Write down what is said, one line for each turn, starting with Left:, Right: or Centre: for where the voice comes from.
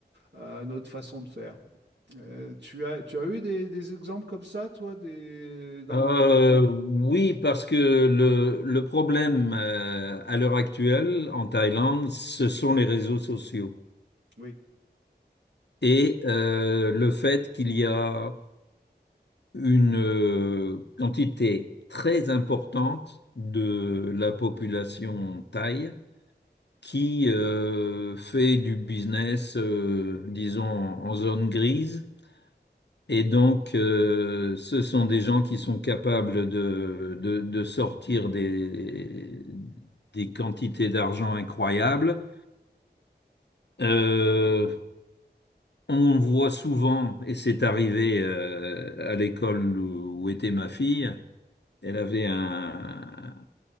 Right: euh, notre façon de faire. Euh, tu as, tu as eu des, des exemples comme ça, toi, des, dans...
Left: Euh, oui, parce que le, le problème euh, à l'heure actuelle en Thaïlande, ce sont les réseaux sociaux
Right: Oui,
Left: et euh, le fait qu'il y a une euh, quantité très importante de la population thaï qui euh, fait du business, euh, disons, en zone grise Et donc, euh, ce sont des gens qui sont capables de, de- de sortir des, des quantités d'argent incroyables. Euh, on voit souvent, et c'est arrivé euh, à l'école où, où était ma fille, elle avait un,